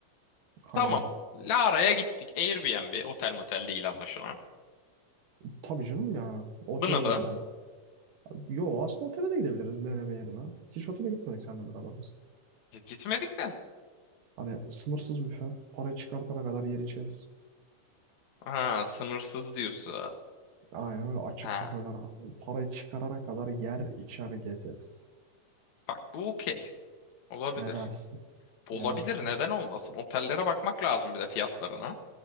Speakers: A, on the right (about 75°); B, on the left (about 60°).
A: Hani
B: Tamam. Lara'ya gittik. Airbnb, otel motel değil anlaşılan.
A: tabii canım ya otele
B: Bını bu.
A: gidelim. Yo aslında otele de gidebiliriz beğene beğenime. Hiç otele gitmedik seninle beraber biz.
B: Ya gitmedik de.
A: Hani sınırsız büfe. Parayı çıkartana kadar yer içeriz.
B: Ha, sınırsız diyorsun.
A: Aynen öyle açık
B: Ha,
A: büfeden abi. Parayı çıkarana kadar yer içer gezeriz.
B: bak bu okey. Olabilir.
A: Ne dersin?
B: Olabilir,
A: Ne dersin?
B: neden olmasın? Otellere bakmak lazım bir de fiyatlarına.